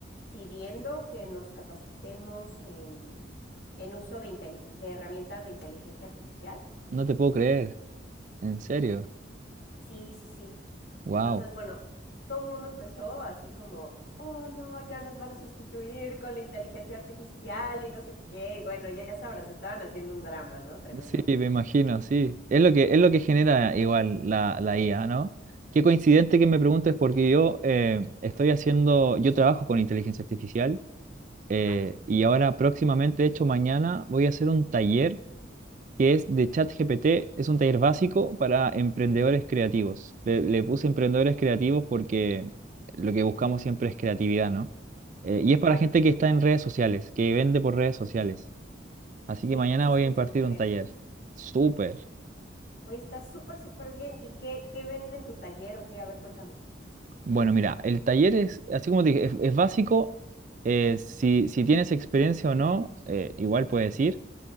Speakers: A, on the left (about 65°); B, on the right (about 40°).
A: pidiendo que nos capacitemos en, en uso de, inteligen- de herramientas de inteligencia artificial.
B: No te puedo creer, en serio.
A: Sí, sí, sí.
B: Wow.
A: Entonces, bueno, todo el mundo empezó así como, oh no, ya nos van a sustituir con la inteligencia artificial y no sé qué. Y bueno, ya sabrás, estaban haciendo un drama, ¿no? Tremendo.
B: Sí, me imagino, sí. Es lo que, es lo que genera igual la, la IA, ¿no? Qué coincidente que me preguntes porque yo eh, estoy haciendo, yo trabajo con inteligencia artificial eh,
A: Ajá.
B: y ahora próximamente, de hecho mañana, voy a hacer un taller que es de ChatGPT, es un taller básico para emprendedores creativos. Le, le puse emprendedores creativos porque lo que buscamos siempre es creatividad, ¿no? Eh, y es
A: Claro.
B: para gente que está en redes sociales, que vende por redes sociales. Así
A: Oye,
B: que mañana
A: pues está
B: voy a impartir
A: súper
B: un taller.
A: bien.
B: Súper.
A: Oye, está súper, súper bien. ¿Y qué, qué ven en tu taller o qué? A ver, cuéntame.
B: Bueno, mira, el taller es, así como te dije, es, es básico. eh, si, si tienes experiencia o no, eh, igual puedes ir.